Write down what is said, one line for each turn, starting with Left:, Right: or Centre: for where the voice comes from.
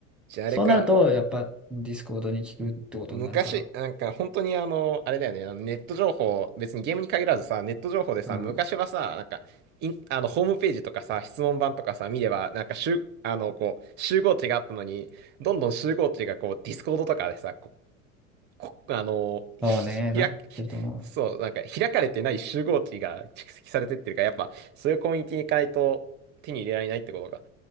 Right: じゃああれか。
Centre: そうなると、やっぱ、ディスコードに聞くってことになるから。
Right: 昔、なんか本当にあの、あれだよね、あのネット情報、別にゲームに限らずさ、ネット情報でさ、
Centre: うん。
Right: 昔はさ、なんか、インあの、ホームページとかさ、質問板とかさ、見れば、なんか集、あの、こう、集合値があったのに、どんどん集合値がこう、ディスコードとかでさ、こ、こ、あの、ひ開け、
Centre: そうね、なってると思う。
Right: そう、なんか開かれてない集合値が蓄積されてってるから、やっぱ、そういうコミュニティに行かないと手に入れられないってことか。